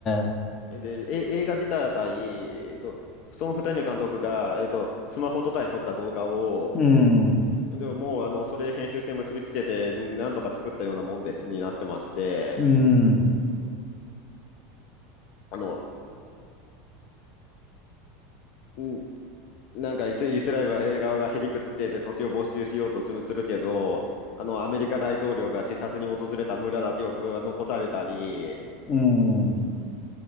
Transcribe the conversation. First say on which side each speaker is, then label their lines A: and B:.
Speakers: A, on the left (about 35°); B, on the left (about 55°).
A: ー、
B: で、え、映画自体、えっと、その二人の監督が、えっと、スマホとかで撮った動画を、
A: うん。
B: でも、もう、あの、それで編集して結びつけて、なんとか作ったようなもんで、になってまして、
A: うん。
B: あの、んなんかイス、イスラエルはえー側がへりくつけて土地を没収しようとするするけど、あの、アメリカ大統領が視察に訪れた村だけはこれは残されたり、
A: うん。